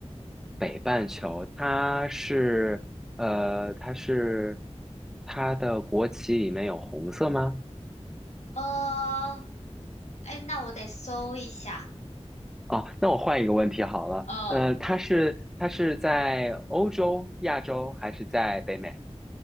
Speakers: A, in the centre; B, on the left (about 80°).
A: 北半球，它是呃，它是它的国旗里面有红色吗？
B: 呃，哎，那我得搜一下。
A: 哦，那我换一个问题好了，
B: 呃
A: 呃，它是它是在欧洲、亚洲还是在北美？